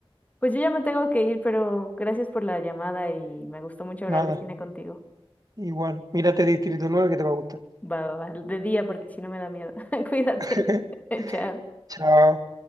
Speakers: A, on the left; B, on the right.
A: Pues yo ya me tengo que ir, pero gracias por la llamada y me gustó mucho hablar
B: nada.
A: de cine contigo.
B: Igual, mírate Distrito 9 que te va a gustar.
A: Va, va, va, de día porque si no me da miedo. <laughs> Cuídate.
B: <laughs>
A: <laughs> Chao.
B: Chao.